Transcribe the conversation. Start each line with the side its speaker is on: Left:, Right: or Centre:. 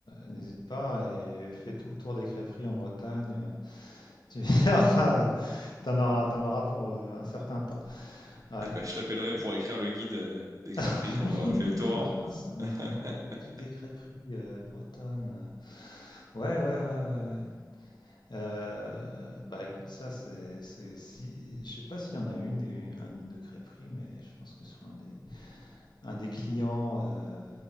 Left: n'hésite pas et fais tout le tour des crêperies en Bretagne. euh, Tu <laughs> verras, euh, t'en auras, t'en auras pour euh, un certain temps. Ouais.
Right: Eh ben, je t'appellerai pour écrire le guide euh, des crêperies
Left: <laughs> Ah
Right: quand
Left: oui,
Right: j'aurai fait
Left: oui,
Right: le tour.
Left: il faut le faire, ça, une-
Right: <laughs>
Left: un guide des crêperies euh, bretonnes. euh. Ouais, ouais, ouais, ouais, ouais. Euh, bah écoute, ça c'est, c'est- si, je sais pas s'il y en a une des, un guide de crêperie, mais je pense que c'est un des, un des clients, euh,